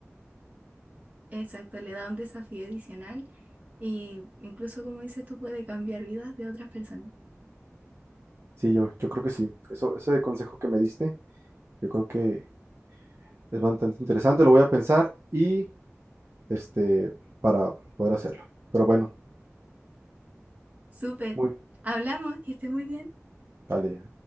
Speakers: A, on the right; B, on the right.
A: exacto, le da un desafío adicional y incluso como dices tú puede cambiar vidas de otras personas.
B: Sí, yo, yo creo que sí. Eso, ese consejo que me diste, yo creo que Es bastante interesante, lo voy a pensar y este, para poder hacerlo. Pero bueno,
A: Súper,
B: muy,
A: hablamos, que esté muy bien.
B: vale.